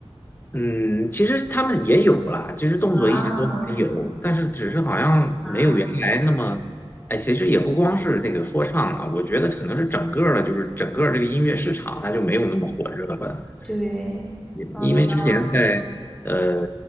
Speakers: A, on the left; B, in the centre.
A: 嗯，其实他们也有啦，其实动作一直都还有，
B: 啊
A: 但是只是好像没有原来那么，
B: 啊，
A: 哎，其实也不光是那个说唱了，我觉得可能是整个儿的，就是整个儿这个音乐市场它就没有那么火热了。
B: 对，
A: 因因为之前在呃
B: 呃，比较，